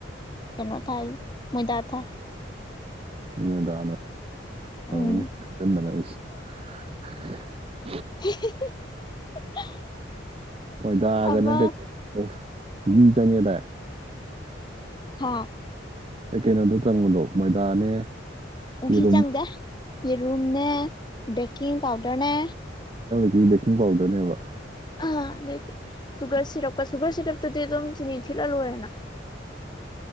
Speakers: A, on the left; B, on the right.
A: ꯀꯩꯅꯣ ꯊꯥꯏ ꯃꯣꯏꯗꯥ ꯊꯥꯏ
B: ꯃꯣꯏꯗ ꯍꯅ ꯇꯧꯔꯝꯃꯅꯤꯟꯗ
A: ꯎꯝ
B: ꯂꯏꯁ <unintelligible> <inaudible>
A: <unintelligible> <inaudible>
B: ꯍꯣꯏ ꯗꯥꯑꯒ
A: ꯑꯃ
B: ꯅꯪ ꯀꯩꯀꯩ ꯘꯤ ꯆꯪꯉꯦꯗ
A: ꯍꯥ
B: ꯑꯦ ꯀꯩꯅꯣꯗꯨꯣ ꯆꯪꯕꯗꯣ ꯃꯣꯏꯗꯥꯅꯦ
A: ꯎꯘꯤ
B: ꯌꯦꯔꯨꯝ
A: ꯆꯪꯗꯦ ꯌꯦꯦꯔꯨꯝꯅꯦ ꯕꯦꯀꯤꯡ ꯄꯥꯎꯗꯔꯅꯦ
B: ꯦꯛꯀꯤꯡ ꯄꯥꯎꯗꯔꯅꯦꯕ
A: ꯑ ꯑꯗꯨꯗꯤ ꯁꯨꯒꯔ ꯁꯤꯔꯞꯀ ꯁꯨꯒꯔ ꯁꯤꯔꯞꯇꯨꯗꯤ ꯑꯗꯨꯝ ꯆꯤꯅꯤ ꯊꯤꯜꯍꯜꯂꯣꯏꯔꯦꯅ